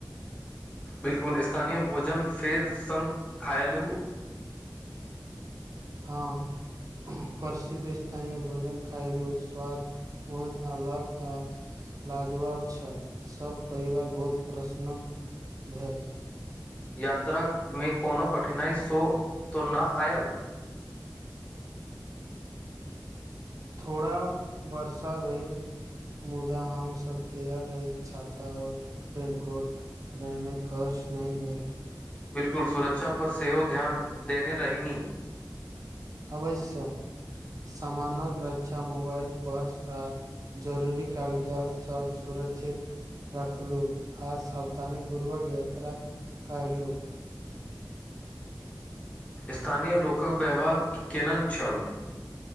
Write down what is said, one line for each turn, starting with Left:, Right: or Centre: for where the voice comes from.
Left: बिल्कुल स्थानीय भोजन फेर सङ्ग खायलहु
Right: हँ प्रसिद्ध स्थानीय भोजन खायलहु स्वाद बहुत अलग आ लाजवाब छल सब परिवार बहुत प्रसनन भेल
Left: यात्रामे कोनो कठिनाइ सो त न आयल
Right: थोड़ा वर्षा भेल मुदा हम सब तैयार रही छाता और रेन कोट रहने कष्ट नहि भेल
Left: बिलकुल सुरक्षा पर सेहो ध्यान देने रहहिनी
Right: अवश्य सामानक रक्षा मोबाइल पर्स आ जरूरी कागजात सब सुरक्षित रखलु आ सावधानी पूर्वक यात्रा कलु
Left: स्थानीय लोकक व्यवहार केहन छल